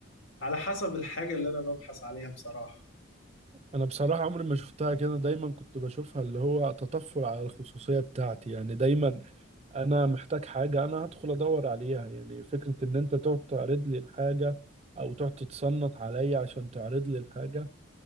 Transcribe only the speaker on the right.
انا بصراحة عمري ما شفتها كده دايما كنت بشوفها اللي هو تطفل على الخصوصية بتاعتي يعني دايما انا محتاج حاجة انا هدخل ادور عليها يعني فكرة ان انت تقعد تعرض لي الحاجة او تقعد تتصنت عليا عشان تعرض لي الحاجة